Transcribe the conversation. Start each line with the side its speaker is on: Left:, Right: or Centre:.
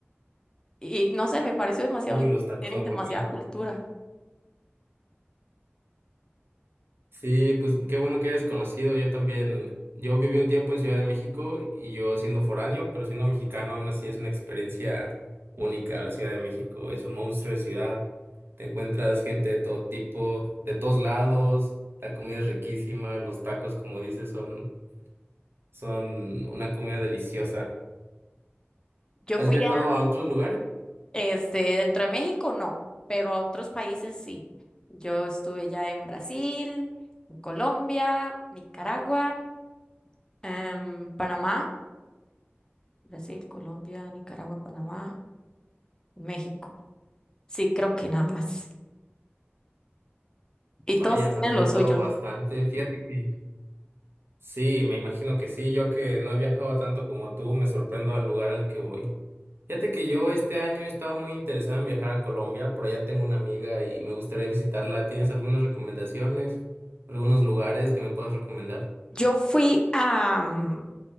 Left: Y no sé, me pareció demasiado,
Right: Uy,
Left: lindo,
Right: los tacos
Left: tienen
Right: son
Left: demasiada
Right: buenísimos.
Left: cultura.
Right: Sí, pues qué bueno que hayas conocido. Yo también, yo viví un tiempo en Ciudad de México y yo siendo foráneo, pero siendo mexicano aún así es una experiencia única la Ciudad de México. Es un monstruo de ciudad. Te encuentras gente de todo tipo, de todos lados. La comida es riquísima. Los tacos, como dices, son, son una comida deliciosa.
Left: Yo
Right: ¿Has
Left: fui
Right: viajado
Left: a,
Right: a otros lugares?
Left: este, dentro de México no, pero a otros países sí. Yo estuve ya en Brasil, en Colombia, Nicaragua. Em, Panamá, Brasil, Colombia, Nicaragua, Panamá, México. Sí, creo que nada más. Y
Right: Vaya,
Left: todos tienen
Right: has viajado
Left: lo suyo.
Right: bastante. Fíjate que... Sí, me imagino que sí. Yo que no he viajado tanto como tú, me sorprendo al lugar al que voy. Fíjate que yo este año estaba muy interesado en viajar a Colombia. Por allá tengo una amiga y me gustaría visitarla. ¿Tienes algunas recomendaciones? ¿Algunos lugares que me puedas recomendar?
Left: Yo fui a, mm,